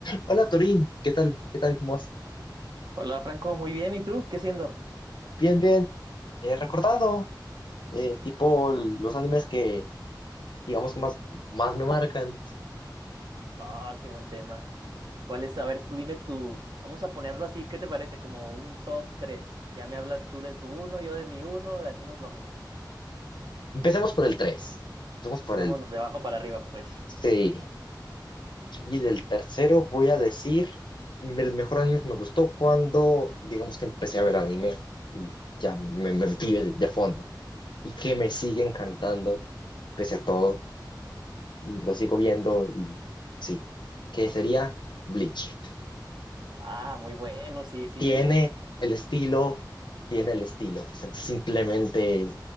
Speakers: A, on the left; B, on the right.
A: Hola Torín, ¿qué tal? ¿Qué tal? ¿Cómo vas?
B: Hola Franco, muy bien. ¿Y tú? ¿Qué haciendo?
A: Bien, bien. Eh, recordando, eh, tipo l- los animes que, digamos que más, más me marcan.
B: Ah, qué buen tema. ¿Cuál es? A ver, tú dime tú. Vamos a ponerlo así, ¿qué te parece? Como un top 3? Ya me hablas tú de tu uno, yo de mi uno, y así nos vamos.
A: Empecemos por el 3. Empecemos por
B: Vámonos
A: el...
B: de abajo para arriba, pues.
A: Sí. Y del tercero voy a decir el mejor anime que me gustó cuando, digamos que empecé a ver anime. Y ya me, me metí de, de fondo. Y que me sigue encantando, pese a todo. Y lo sigo viendo. y sí. Que sería Bleach.
B: Ah, muy bueno, sí, sí.
A: Tiene el estilo, tiene el estilo. O sea, simplemente.